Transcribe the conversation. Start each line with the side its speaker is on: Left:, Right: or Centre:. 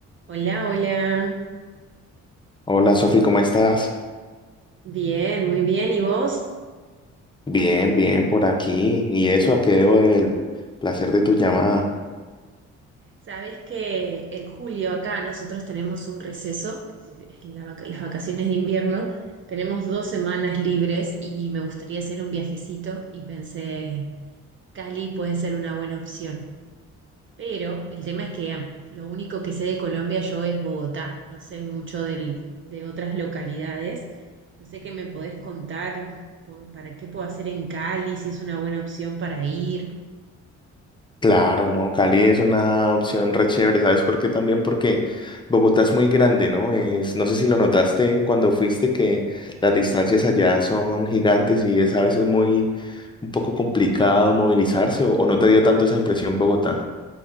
Right: Hola, hola.
Left: Hola Sofi, ¿cómo estás?
Right: Bien, muy bien. ¿Y vos?
Left: Bien, bien, por aquí. ¿Y eso a qué debo del placer de tu llamada?
Right: Sabés que en julio acá nosotros tenemos un receso, que es la vaca- las vacaciones de invierno. Tenemos dos semanas libres y me gustaría hacer un viajecito y pensé, Cali puede ser una buena opción. Pero el tema es que am, lo único que sé de Colombia yo es Bogotá. No sé mucho del, de otras localidades. No sé qué me podés contar por- para qué puedo hacer en Cali, si es una buena opción para ir.
Left: Claro, no, Cali es una opción re chévere, ¿sabes por qué? También porque Bogotá es muy grande, ¿no? Es, no sé si lo notaste cuando fuiste que las distancias allá son gigantes y es a veces muy un poco complicado movilizarse o, o no te dio tanto esa impresión Bogotá.